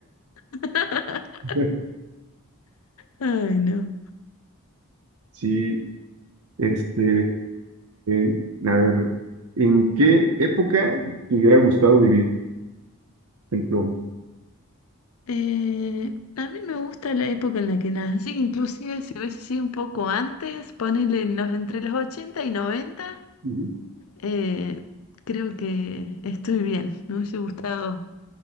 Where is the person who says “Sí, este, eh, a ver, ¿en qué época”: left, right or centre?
Right